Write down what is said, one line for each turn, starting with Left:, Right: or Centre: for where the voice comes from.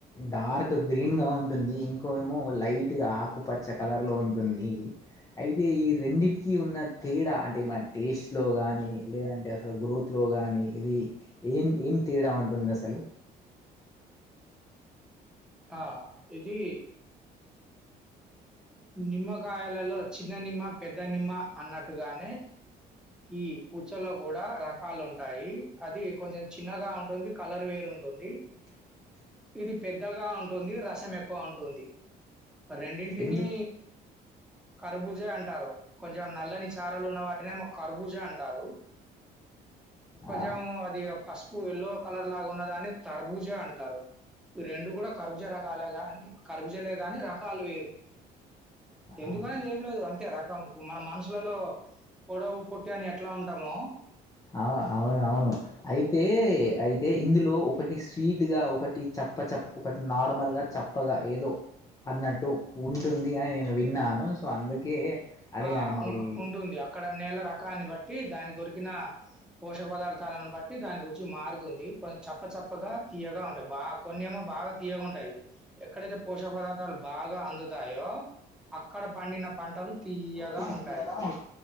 Left: డార్క్ గ్రీన్ గా ఉంటుంది. ఇంకో ఏమో లైట్ గా ఆకుపచ్చ కలర్ లో ఉంటుంది. అయితే ఈ రెండిటికి ఉన్న తేడా అంటే మ టేస్ట్లో కానీ లేదంటే అసలు గ్రోత్లో కానీ ఇది ఏం ఏం తేడా ఉంటుంది, అసలు
Centre: ఆ ఇది నిమ్మకాయలలో చిన్న నిమ్మ పెద్ద నిమ్మ అన్నట్టుగానే, ఈ పుచ్చలో కూడా రకాలు ఉంటాయి. అది కొంచెం చిన్నగా ఉంటుంది కలర్ వేరు ఉంటుంది.
Left: <unintelligible>
Centre: ఇది పెద్దగా ఉంటుంది, రసం ఎక్కువ ఉంటుంది. రెండింటిని
Left: ఎందు
Centre: కర్బుజే అంటారు. కొంచెం నల్లని చారలు ఉన్న వాటినేమొ కర్బూజ అంటారు, కొంచెం
Left: ఆ,
Centre: అది పసుపు ఎల్లో కలర్ లాగా ఉన్నదాని తర్బుజా అంటారు. రెండు కూడా కర్బుజ రకాలే గాని కర్బుజలే కా ని రకాలు వేరు, ఎందుకనేది
Left: ఆ,
Centre: ఏం లేదు అంతే రకం మన మనుషులలో పొడవు పొట్టి అని ఎట్లా, ఉంటామో
Left: అవు అవునవును అయితే
Centre: హ్మ్.
Left: అయితే ఇందులో, ఒకటి స్వీట్గా ఒకటి చప్ప చప్ప ఒకటి నార్మల్గా చప్పగా ఏదో, అన్నట్టు ఉంటుంది అని నేను విన్నాను సో అందుకే అడిగాను
Centre: ఆ
Left: మరి
Centre: ఉ
Left: అవును.
Centre: ఉంటుంది అక్కడ నేల రకాన్ని బట్టి దానికి దొరికి, ఇలా పోషక పదార్థాలను బట్టి దాని రూ చీ మారుతుంది కొంచెం చప్ప చప్పగా తీయగా ఉంటాయి. బాగా కొన్నేమో బాగా తియ్యగా ఉంటాయి ఎక్కడైతే పోషక పదార్థాలు బాగా అందుతాయో అక్కడ పండిన పంటలు తీయగా
Left: తియ్యగా
Centre: ఉంటాయి.